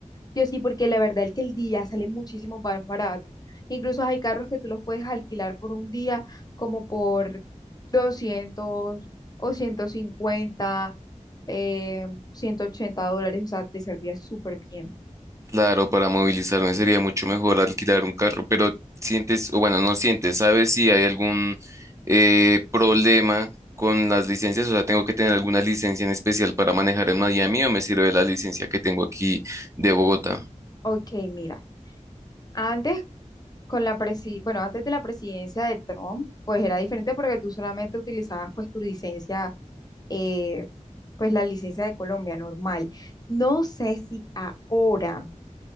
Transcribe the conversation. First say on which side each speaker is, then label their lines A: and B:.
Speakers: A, on the left (about 30°); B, on the right (about 25°).
A: Yo sí, porque la verdad es que el día sale muchísimo más barato. Incluso hay carros que tú los puedes alquilar por un día como por doscientos o 150, eh, 180 dólares, o sea, te saldría súper bien.
B: Claro, para movilizarme sería mucho mejor alquilar un carro, pero sientes, o bueno, no sientes, ¿sabes si hay algún eh, problema con las licencias? O sea, ¿tengo que tener alguna licencia en especial para manejar en Miami o me sirve la licencia que tengo aquí de Bogotá?
A: Ok, mira, antes Con la presi, bueno, antes de la presidencia de Trump, pues era diferente porque tú solamente utilizabas pues tu licencia, eh, pues la licencia de Colombia normal. No sé si ahora